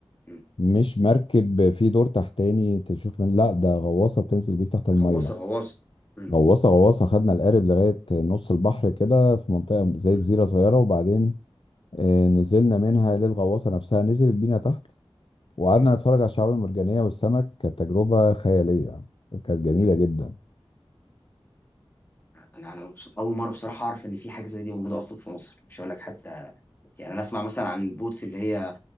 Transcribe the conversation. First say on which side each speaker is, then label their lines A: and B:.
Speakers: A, on the left; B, on the left.
A: م.
B: مش مركب في دور تحتاني تشوف من لا ده غواصه بتنزل بيك تحت الميه
A: غواصه غواصه م-
B: غواصه غواصه خدنا القارب لغايه نص البحر كده في منطقه زي
A: م-
B: جزيره صغيره وبعدين آه، نزلنا منها للغواصه نفسها نزلت بينا تحت وقعدنا
A: م-
B: نتفرج على الشعاب المرجانيه والسمك كانت تجربه خياليه كانت جميله
A: م.
B: جدا
A: انا انا مبسوط. اول مره بصراحه اعرف ان في حاجه زي دي موجوده اصلا في مصر مش هقول لك حتى يعني انا اسمع مثلا عن البوتس اللي هي